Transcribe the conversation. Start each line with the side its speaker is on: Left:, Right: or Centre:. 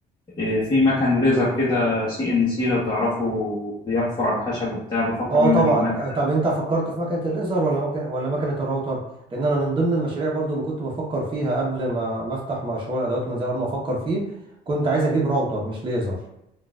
Left: إيه، في مكن ليزر كده سي ان سي لو تعرفوا بيحفر على خشب وبتاع بفكر
Right: اه
Left: ان
Right: طبعا
Left: انا اجيب مكن
Right: طب انت فكرت في مكنه الليزر ولا مكنه ولا مكنه الراوتر لان انا من ضمن المشاريع برضو اللي كنت بفكر فيها قبل ما ما افتح مشروع الادوات المنزليه قبل ما افكر فيه كنت عايز اجيب راوتر مش ليزر